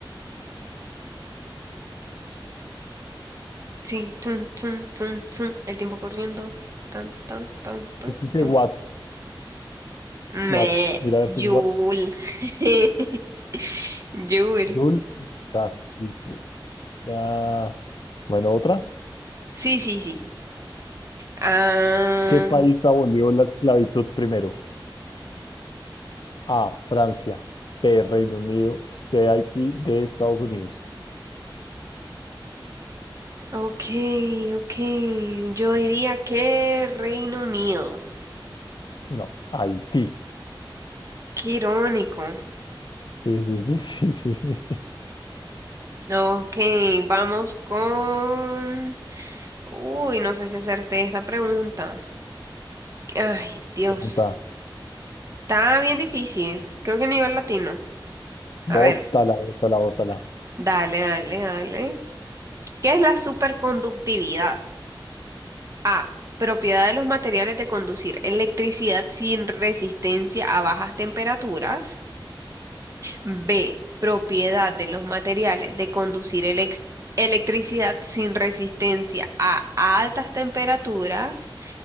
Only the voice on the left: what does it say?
Yo creo que
Watt,
Watt. Mira a ver
si es Watt.
Jul, casi. fue. Ah, bueno, otra.
¿Qué país abolió la esclavitud primero? A. Francia. B. Reino Unido. C. Haití. D. Estados Unidos.
No, Haití.
Sí, sí, sí, <laughs> sí, sí.
Bota,
bótala,
bótala, bótala.